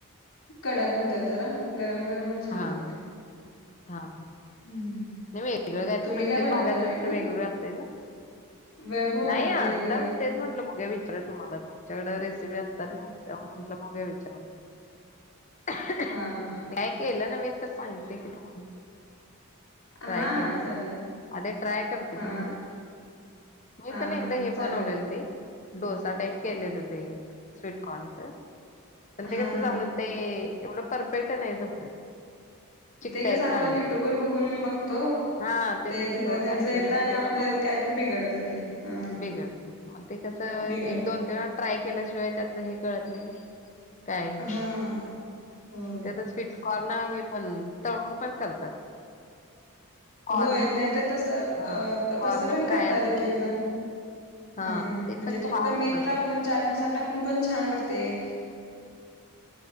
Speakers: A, on the left; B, on the left.
A: कडक होत्यात जरा, गरम-गरमच छान
B: हा
A: लागतय.
B: हा हा हा
A: हम्म
B: नाही वेगळं काय तर,
A: तुम्ही
B: प्रत्येक
A: बनवता
B: भागातच
A: वेगळं
B: वेगवेगळं असतंय ना.
A: वे होय
B: नाही
A: वेगवेगळं
B: आता तेच म्हंटल बघूया विचार तुम्हाला तुमच्याकडे रेसिपी असतात ना, तेव्हा म्हंटल बघूया विचारून. काय
A: हा हा
B: केलं नवीन तर, सांगते की तुम्हाला. ट्राय
A: हा
B: केलं
A: हा चालेल
B: तर,
A: की
B: आधी ट्राय करते
A: हा
B: मी हे मी
A: हा
B: पण एकदा
A: हा
B: हे
A: चालेल
B: बनवलेल ते डोसा, टाईप केलेलं ते हेच स्वीटकॉर्नच, पण ते
A: हा
B: कसं
A: हा
B: झालं ते एवढं परफेक्ट नाही जमल ते. चिकटायच
A: ते कसं आपण
B: लागलं
A: युट्यूब
B: ते
A: वर बघून बघतो
B: हा तेच
A: ते
B: की
A: तिथ
B: थोडंफार
A: त्यांच
B: इकडलं
A: येतं आणि
B: तिकडलं
A: आपल्यात
B: बघून
A: कायतरी बिघडत ते, हा
B: बिघडते ते कसं
A: बिघडतय
B: एक दोन तीन वेळा ट्राय केल्याशिवाय त्यातलं हे कळत नाही ना. काय ते
A: हा होय
B: ते आता स्वीटकॉर्न हे पण तळून पण करतात. कॉर्न
A: होय नाही तर तसं
B: हा
A: अ
B: कॉर्न
A: तसं पण
B: फ्राय
A: करतायेत
B: असं
A: एक
B: म्हण
A: एक जण.
B: हा
A: हम
B: ते
A: म्हणजे
B: पण
A: फक्त
B: छान
A: मीठ
B: होत असेल.
A: टाकून, चाट मसाला टाकून पण छान लागतय.
B: <inaudible>